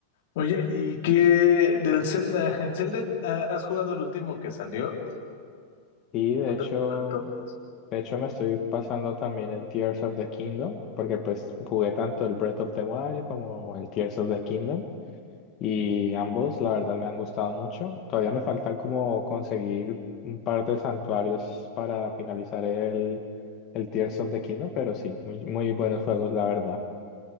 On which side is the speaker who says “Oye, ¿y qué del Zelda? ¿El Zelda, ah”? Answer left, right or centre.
Left